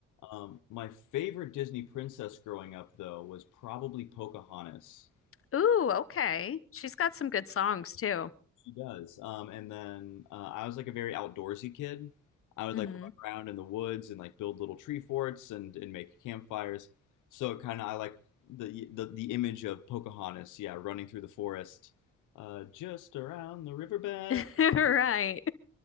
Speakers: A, on the left (about 80°); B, on the left (about 45°).
A: Um, my favorite Disney princess growing up though was probably Pocahontas.
B: Ooh, okay. She's got some good songs too.
A: He does. Um, and then uh, I was like a very outdoorsy kid. I would
B: hmm
A: like run around in the woods and like build little tree forts and and make campfires. So kind of I like the, the the image of Pocahontas, yeah, running through the forest, uh, just around the riverbed.
B: <laughs> Right.